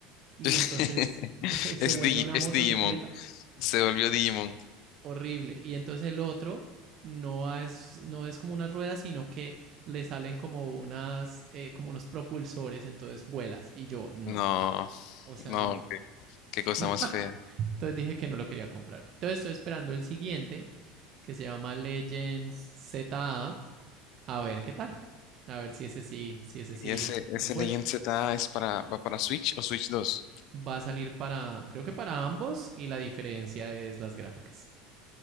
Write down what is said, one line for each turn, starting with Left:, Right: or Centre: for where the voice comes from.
Right: y
Left: <laughs>
Right: entonces <laughs> se
Left: Es,
Right: vuelve
Left: Digi-
Right: una
Left: es
Right: motocicleta
Left: Digimon. Se volvió Digimon.
Right: horrible. Y entonces el otro no es, no es como unas ruedas, sino que le salen como unas, eh, como unos propulsores, entonces vuelas. Y yo, no.
Left: No,
Right: O sea,
Left: no,
Right: no.
Left: qué, qué cosa
Right: <laughs>
Left: más fea.
Right: Entonces dije que no lo quería comprar. Entonces estoy esperando el siguiente que se llama Legends ZA. A A ver qué tal. A ver si ese sí, si ese sí
Left: ¿Y ese,
Right: lo
Left: ese
Right: juego.
Left: Legend Z es para, va para Switch o Switch dos
Right: Va a salir para, creo que para ambos y la diferencia es las gráficas.